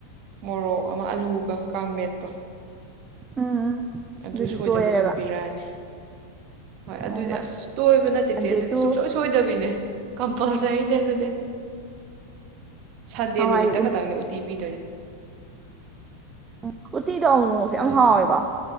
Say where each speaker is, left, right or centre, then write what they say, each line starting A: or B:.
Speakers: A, on the right; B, on the right.
A: ꯃꯣꯔꯣꯛ ꯑꯃ ꯑꯂꯨꯒ ꯀꯥꯡꯃꯦꯠꯇꯣ
B: ꯎꯝ
A: ꯑꯗꯨ
B: ꯑꯗꯨꯗꯤ
A: ꯁꯣꯏꯗꯕꯤ
B: ꯇꯣꯏꯔꯦꯕ
A: ꯑꯗꯨꯝ ꯄꯤꯔꯛꯑꯅꯤ ꯍꯣꯏ ꯑꯗꯨꯗꯤ
B: ꯑꯣ
A: ꯑꯁ ꯇꯣꯏꯕ ꯏꯕ ꯅꯠꯇꯦ
B: ꯃꯟꯗꯦ
A: ꯆꯦ ꯑꯗꯨꯗꯤ
B: ꯇꯨ
A: ꯁꯨꯡꯁꯣꯏ ꯁꯣꯏꯗꯕꯤꯅꯦ ꯀꯝꯄꯜꯁ ꯖꯔꯤꯅꯦ ꯑꯗꯨꯗꯤ ꯁꯟꯗꯦ
B: ꯍꯋꯥꯏ
A: ꯅꯨꯃꯤꯠꯇ ꯈꯛꯇꯪꯅꯤ ꯎꯇꯤ ꯄꯤꯗꯣꯏ
B: ꯎꯝ ꯎꯇꯤꯗꯣ ꯑꯃꯨꯃꯨꯛꯁꯨ
A: ꯑꯗꯨꯅ
B: ꯌꯥꯝ ꯍꯥꯎꯋꯦꯀꯣ